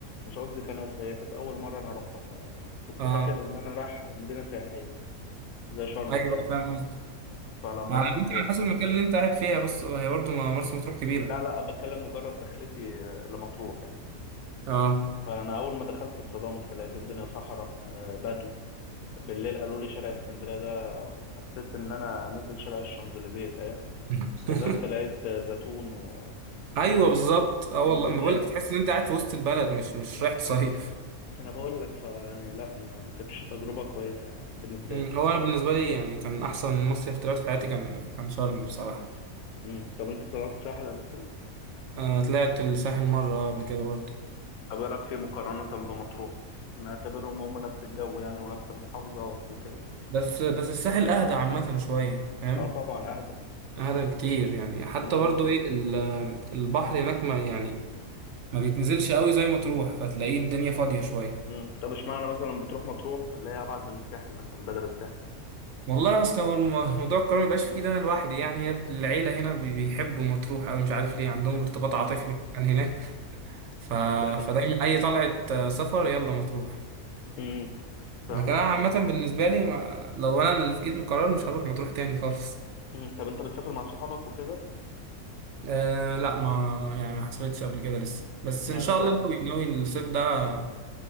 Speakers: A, on the left; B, on the right.
A: مش قصدي كناس هي كانت اول مره انا اروحها فكنت
B: أه
A: فاكر ان انا رايح مدينه سياحيه زي شرم
B: أيوه
A: كده
B: فاهم قصدي
A: فلما
B: ما على
A: رحت
B: يمكن على حسب المكان اللي أنت قاعد فيها بص هي برضه مرسى مطروح كبيرة
A: لا لا بتكلم مجرد دخلتي لمطروح يعني
B: اه
A: فانا اول ما دخلت اتصدمت لقيت الدنيا صحراء آه، بدو بالليل قالوا لي شارع اسكندريه ده حسيت ان انا نزل شارع الشانزليزيه فاهم
B: <laughs>
A: نزلت لقيت زيتون و...
B: ايوه بالظبط اه
A: ودنيا
B: والله ما بقولك تحس ان انت قاعد في وسط البلد مش مش رايح تصيف
A: انا بقول لك فيعني لا ما كانتش تجربه كويسه يعني بالنسبه
B: مم.
A: لي
B: هو انا بالنسبه لي يعني كان احسن مصيف طلعت في حياتي كان كان شرم بصراحه
A: امم طب انت طلعت الساحل قبل كده
B: انا طلعت الساحل مره آه قبل كده برضه
A: طب ايه رايك فيه مقارنه بمطروح مثلا نعتبرهم هم نفس الجو يعني ونفس المحافظه وكده
B: بس بس الساحل اهدى عامه شويه فاهم
A: اه طبعا اهدى
B: اهدى بكتير يعني حتى
A: امم
B: برضه ايه ال- البحر هناك ما يعني ما بيتنزلش قوي زي ما تروح فتلاقيه الدنيا فاضيه شويه
A: امم طب اشمعنى مثلا بتروح مطروح اللي هي ابعد من الساحل مثلا بدل الساحل
B: والله اصلا هو الم- موضوع القرار مبيبقاش في ايدي انا لوحدي يعني العيله هنا بي- بيحبوا مطروح قوي مش عارف ليه عندهم ارتباط
A: امم
B: عاطفي عن هناك ف...
A: يعني
B: فدايما اي طلعة آه، سفر يلا مطروح
A: امم فاهمك
B: لكن انا عامة بالنسبة لي ما... لو انا اللي في ايدي القرار مش هروح مطروح تاني خالص
A: امم طب انت بتسافر مع صحابك وكده
B: أه لا ما يعني ما حصلتش قبل كده لسه بس
A: يعني
B: ان شاء
A: انت
B: الله ناوي ناوي الصيف ده